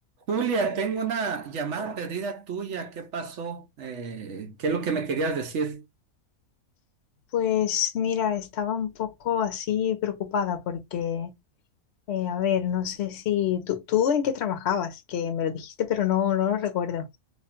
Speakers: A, on the right (about 60°); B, on the left (about 50°).
A: Julia, tengo una llamada perdida tuya. ¿Qué pasó? Eh, ¿qué es lo que me querías decir?
B: Pues mira, estaba un poco así preocupada porque, eh, a ver, no sé si tú, tú en qué trabajabas, que me lo dijiste, pero no, no lo recuerdo.